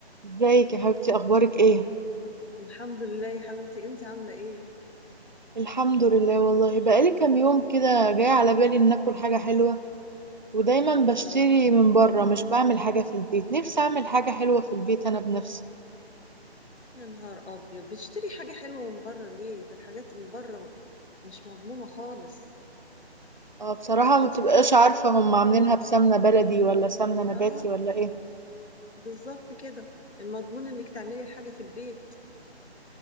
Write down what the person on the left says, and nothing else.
الحمد لله يا حبيبتي انت عاملة ايه
الله
يا نهار ابيض بتشتري حاجة حلوة من بره ليه ده الحاجات من بره مش مضمونة خالص
انت
مش
اه
بالظبط كده المضمون انك تعملي الحاجة في البيت